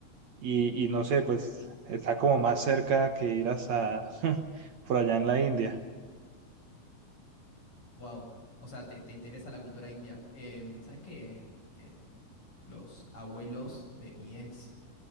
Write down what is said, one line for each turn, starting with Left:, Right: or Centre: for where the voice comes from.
Right: y, y no sé, pues está como más cerca que ir hasta <laughs> por allá en la India.
Left: Wow. O sea, te, te interesa la cultura india. Em, ¿sabes qué? Eh, los abuelos de mi ex,